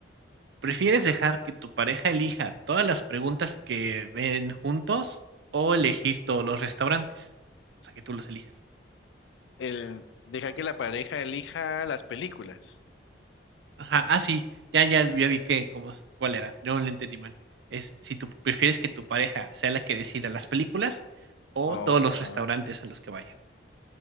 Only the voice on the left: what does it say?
El, deja que la pareja elija las películas.
Oh,
ajá.